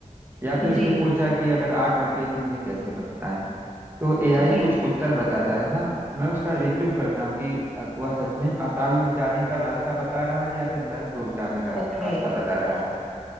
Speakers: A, on the right; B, in the centre.
A: या फिर
B: जी
A: उसने पूछा कि अगर आग लग गई तो मुझे कैसे बचना है तो एआई
B: जी
A: कुछ उत्तर बताता है ना मैं उसका रिव्यू करता हूँ कि वह सच में पाताल लोक जाने का रास्ता बता रहा है या फिर नरक लोक जाने का
B: ओके
A: रास्ता बता रहा है